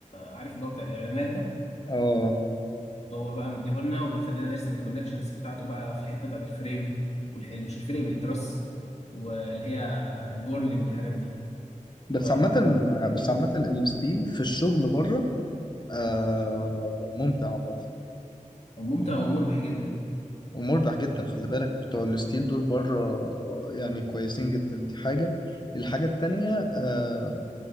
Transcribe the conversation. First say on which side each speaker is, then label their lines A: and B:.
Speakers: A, on the left; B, on the left.
A: عارف اللي هو بتاع الاعلانات ده
B: اه
A: هو بقى مديهولنا وبيخلينا نرسم الكونكشنز بتاعته بقى في الحته بتاعت الفريم وال... مش الفريم التراس واللي هي البورلينج والحاجات دي
B: بس
A: فممتع
B: عامة بس عامة الستيم في الشغل بره آه ممتع عامة
A: ومربح جدا
B: ومربح جدا خلي بالك بتوع الستيل دول بره آه، يعني كويسين جدا دي حاجة الحاجة التانية آه